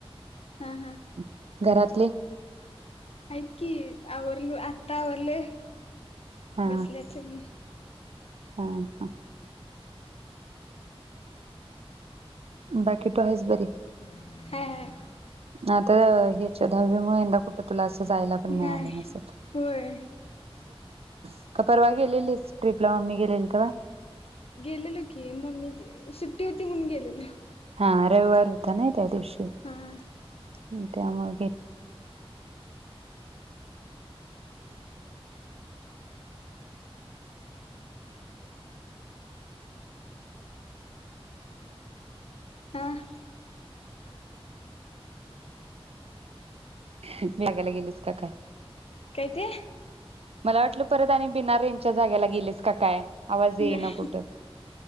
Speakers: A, on the left (about 70°); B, on the right (about 75°).
A: हां
B: <inaudible>
A: हां
B: घरातले?
A: हाईत कि आवरलू आत्ता आवरलय
B: हा
A: बसल्यात सगळे
B: हा हा बाकी तू हायेस बरी
A: <unintelligible>
B: आता ह्याच्या दहावीमुळे यंदा कुठं क्लास जायला पण मिळाल
A: नाही
B: नसल
A: होय
B: <unintelligible> का परवा गेलेलीच? ट्रिपला मम्मी गेलेली तेव्हा
A: <inaudible> गेलेलो की मम्मी ती सुट्टी होती म्हणून गेलेलो
B: हा रविवार होता नाही त्या दिवशी <unintelligible> <unintelligible>
A: हां
B: ह त्या मागे
A: आं
B: <inaudible> लागायला गेलीस का काय
A: काय ते
B: मला वाटलं परत आणि बिना रेंजच्या जाग्याला गेलीस का काय आवाज येई
A: नाही
B: ना कुठं